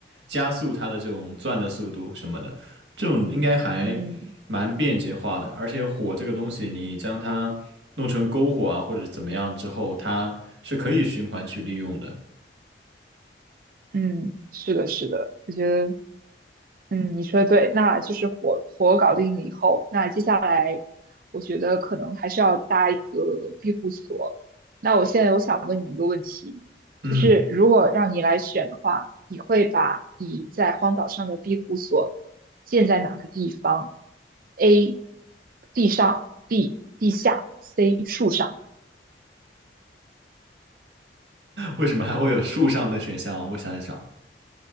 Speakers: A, on the right; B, on the right.
A: 加速它的这种钻的速度什么的，这种应该还蛮便捷化的。
B: 嗯
A: 而且火这个东西，你将它弄成篝火啊，或者怎么样之后，它是可以循环去利用的。
B: 嗯，是的，是的，我觉得嗯，你说的对，那就是火火搞定了以后，那接下来我觉得可能还是要搭一个庇护所。那我现在我想问你一个问题，
A: 嗯。
B: 就是如果让你来选的话，你会把你在荒岛上的庇护所建在哪个地方？A. 地上，B. 地下，C. 树上。
A: 为什么还会有树上的选项？我想一想，